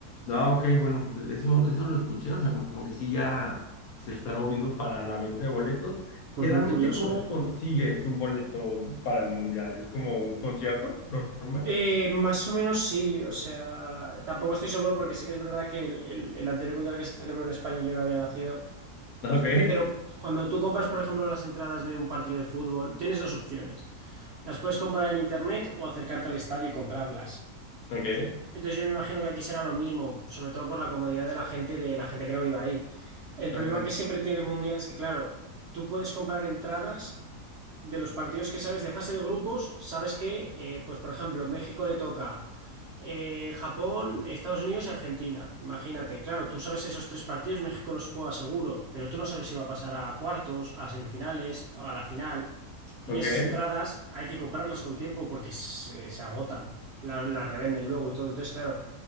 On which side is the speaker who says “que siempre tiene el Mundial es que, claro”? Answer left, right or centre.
Right